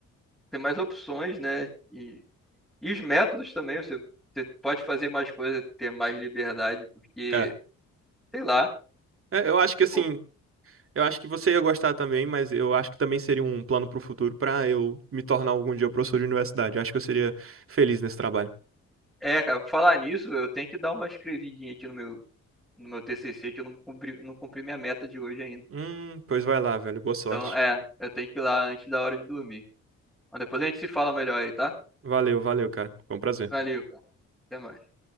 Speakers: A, in the centre; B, on the right.
A: tem mais opções, né? E, e os métodos também, você, você pode fazer mais coisas, ter mais liberdade, porque,
B: É.
A: sei lá,
B: É, Eu acho
A: tipo,
B: que assim, Eu acho que você ia gostar também, mas eu acho que também seria um plano pro futuro pra eu me tornar algum dia professor de universidade. Acho que eu seria feliz nesse trabalho.
A: é, cara, falar nisso, eu tenho que dar uma escrevidinha aqui no meu, no meu TCC, que eu não cumpri, não cumpri minha meta de hoje ainda.
B: Hum, pois vai lá, velho. Boa sorte.
A: Então, é, eu tenho que ir lá antes da hora de dormir. Mas depois a gente se fala melhor aí, tá?
B: Valeu, valeu, cara. Foi um prazer.
A: Valeu, cara. Até mais.